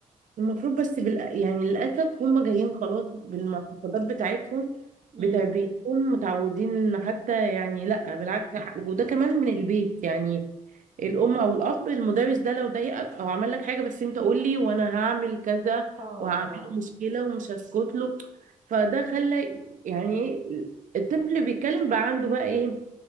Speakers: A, on the right (about 60°); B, on the right (about 40°).
A: المفروض بس بال... يعني للأسف هم جايين خلاص بالمعتقدات بتاعتهم بتربيتهم
B: امم
A: متعودين ان حتى يعني لا بالعكس وده كمان من البيت يعني الأم أو الأب المدرس ده لو ضايقك أو عمل لك حاجة بس أنت قول لي وأنا هعمل كذا
B: اه
A: وهعمله
B: اه
A: مشكلة ومش هسكت له فده خلى يعني الطفل بيتكلم بقى عنده بقى إيه